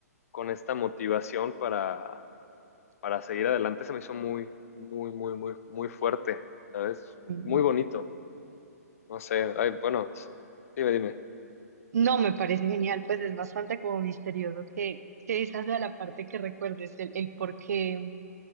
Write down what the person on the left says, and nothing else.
con esta motivación para, para seguir adelante, se me hizo muy, muy, muy, muy, muy fuerte, ¿sabes?
Muy bonito, no sé, ay, bueno, sí, dime, dime,